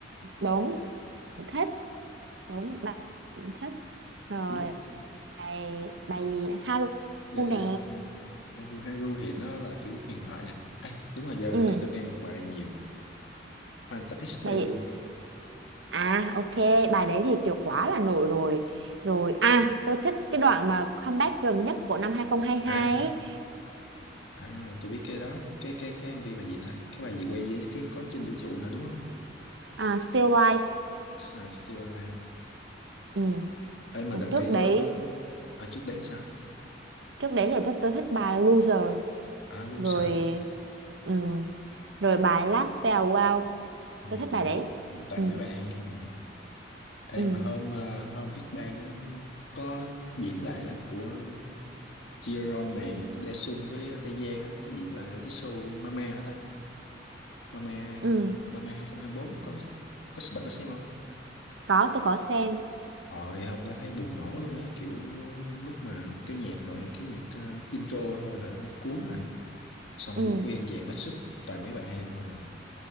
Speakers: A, on the right; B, on the left.
A: đúng thích đúng bà cũng thích rồi
B: Blue.
A: bài bài gì nữa? Haru
B: để
A: nè
B: để xem Haru Haru thì nó là kiểu huyền thoại à Ê, đúng rồi dạo
A: ừ
B: gần đây tôi nghe một bài nhiều Fantastic
A: bài
B: Baby
A: gì? à ok bài đấy thì kiểu quá là nổi rồi rồi à tôi thích cái đoạn mà comeback gần nhất của năm 2022
B: à
A: ấy.
B: à tôi biết cái đó cái cái cái MV bài gì ta cái bài gì quay với phía có trên vũ trụ nữa đúng không
A: À, Still Life
B: à, Still Alive
A: ừ.
B: Ê, mà gần
A: trước
B: đây có
A: đấy
B: à trước đấy sao
A: trước đấy thì tôi, tôi thích bài Loser
B: à Loser
A: rồi ừ. rồi bài Last Farewell
B: ừ.
A: tôi thích bài đấy
B: mấy toàn
A: ừ.
B: mấy bài hay không ạ? Ê,
A: Ừ.
B: mà hôm à, hôm Big Bang á, có diễn lại á, của Jiron này Daesung với Tây Giang á có diễn lại ở cái show Mama hả ta Mama
A: Ừ.
B: Mama 2024 có có bạn có xem không?
A: có tôi có xem
B: Hồi hôm đó thấy bùng nổ luôn á, kiểu lúc mà cái nhạc nội cái nhạc ờ, intro thôi là nó cuốn à. Xong
A: ừ.
B: quốc nguyên dàn mashup toàn mấy bài hay hồi.